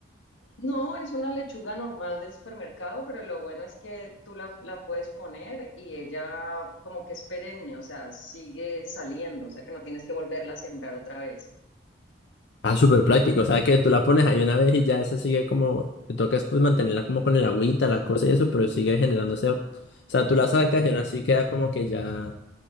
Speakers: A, on the left (about 80°); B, on the left (about 60°).
A: No, es una lechuga normal del supermercado, pero lo bueno es que tú la, la puedes poner y ella como que es perenne, o sea, sigue saliendo, o sea que no tienes que volverla a sembrar otra vez.
B: Ah, súper práctico. O sea que tú la pones ahí una vez y ya esa sigue como, te toca es, pues mantenerla como con el agüita, la cosa y eso, pero sigue generándose. O sea, tú la sacas y aún así queda como que ya